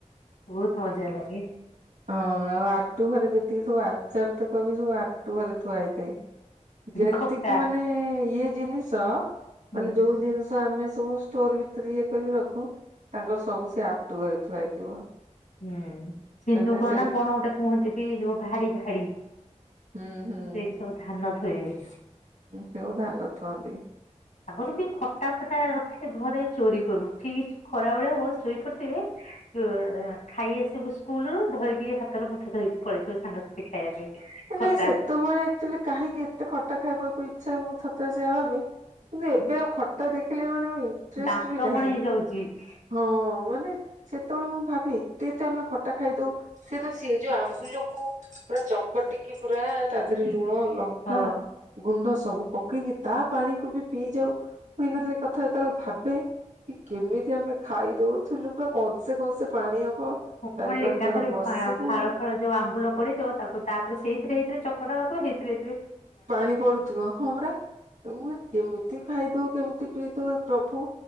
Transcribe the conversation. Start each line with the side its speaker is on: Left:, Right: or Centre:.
Left: ବହୁତ ମଜା ଲାଗେ।
Right: ହଁ। ଆଉ ଆଟୁ ଘରେ ଯେତିକି ସବୁ ଆଚାର୍ଥକ କରୁ ସବୁ ଆଟୁ ଘରେ ଥୁଆ ହେଇଥାଏ। ଯେତିକି
Left: ଖଟା
Right: ମାନେ ଇଏ ଜିନିଷ
Left: ହୁଁ
Right: ମାନେ ଯୋଉ ଜିନି ଆମେ ସବୁ ଷ୍ଟୋର ଭିତରେ ଇଏ କରି ରଖୁ ତାଙ୍କର ସବୁ ସେ ଆଟୁ ଘରେ ଥୁଆ ହେଇଥିବ।
Left: ହୁଁ। ସିନ୍ଧୁକ
Right: ଅ ସେ
Left: ନା କଣ ଗୋଟେ କୁହନ୍ତି କି ଯୋଉ ଭାଡି ଭାଡି
Right: ହୁଁ। ହୁଁ।
Left: ସେଇଠି ସବୁ ଧାନ ଥୋଇବେ।
Right: ହଁ, ସେ ଉ ଧାନ ଥୁଅନ୍ତି।
Left: ଆଗରୁ ବି ଖଟା ଫଟା ରଖେ ଘରେ ଚୋରି କରୁ ଠିକ ଖରାବେଳେ ହବ ଶୋଇପଡିଥିବେ। <unintelligible> ଖାଇ ଆସିବୁ ସ୍କୁଲୁରୁ ଧରିକି ହାତ ରୁ ମୁଠେ ଧରିକି ପଳେଇଥିବୁ ସାଙ୍ଗସାଥି ଖାଇବା ପାଇଁ। ଖଟା
Right: ନାଇଁ ସେତେବେଳେ ଆକ୍ଚୁଆଲି କାହିଁକି ଏତେ ଖଟା ଖାଇବାକୁ ଇଚ୍ଛା ମୁଁ ଥରେ ଥରେ ସେଆ ଭାବେ। କିନ୍ତୁ ଏବେ ଆଉ ଖଟା ଦେଖିଲେ ମାନେ ଆଉ ଇଣ୍ଟରେଷ୍ଟ
Left: ଦାନ୍ତ
Right: ବି ନାହିଁ।
Left: କଣ <unintelligible>
Right: ହଁ ମାନେ ସେତେବେଳେ ମୁଁ ଭାବି ଏତେ ଏତେ ଆମେ ଖଟା ଖାଇଦଉ। ସେ ତ ସେ ଯୋଉ ଆମ୍ବୁଲକୁ ପୁରା ଚକ କଟିକି ପୁରା ତା ଦେହରେ ଲୁଣ ଲଙ୍କା।
Left: ହଁ
Right: ଗୁଣ୍ଡ ସବୁ ପକେଇକି ତା ପାଣି କୁ ବି ପିଇଯାଉ। ପିଇଦେ କଥା ଯେତେବେଳେ ଭାବେ କି କେମିତି ଆମେ ଖାଇ ଦଉଥିଲୁ ପୁରା କନ୍ସେ କନ୍ସେ ପାଣି ହବ।
Left: <unintelligible>
Right: ଚାରି
Left: ଏକାଥରେ
Right: ପାଞ୍ଚ ଜଣ ବସିବୁ
Left: ଫା ଫାଳ। <unintelligible> ଯୋଉ ଆମ୍ବୁଲ ପଡିଥିବ ତାକୁ ତାପରେ ସେଇଥିରେ ସେଇଥିରେ ଚକଟା ହଉଥିବ ସେଇଥିରେ ହେଇଥିରେ
Right: ପାଣି ପଡୁଥିବ ହଁ ପରା। ମୁଁ କେମିତି ଖାଇଦଉ କେମିତି ପିଇଦଉ ଏ ପ୍ରଭୁ।